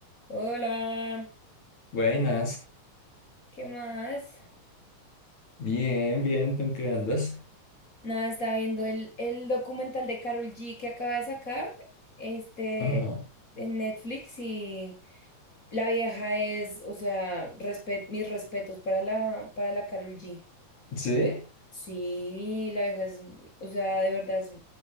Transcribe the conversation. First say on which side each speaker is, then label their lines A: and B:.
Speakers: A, on the left; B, on the left.
A: Hola,
B: Buenas.
A: ¿qué más?
B: Bien, bien, ¿tú en qué andas?
A: Nada, estaba viendo el, el documental de Carol G que acaba de sacar, este,
B: Ajá.
A: en Netflix y la vieja es, o sea, respet- mis respetos para la, para la Karol G.
B: ¿Sí?
A: Sí, la vieja es, o sea, de verdad es, o